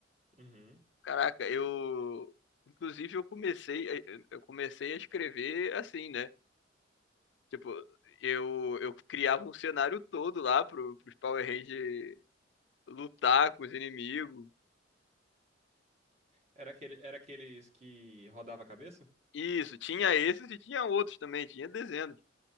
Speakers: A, on the right; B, on the left.
A: Uhum.
B: Caraca, eu. Inclusive, eu comecei, eu comecei a escrever assim, né? Tipo, eu, eu criava um cenário todo lá pro, pros Power Rangers lutar com os inimigos.
A: Era aquele, era aqueles que rodava a cabeça?
B: Isso, tinha esses e tinha outros também, tinha dezenas.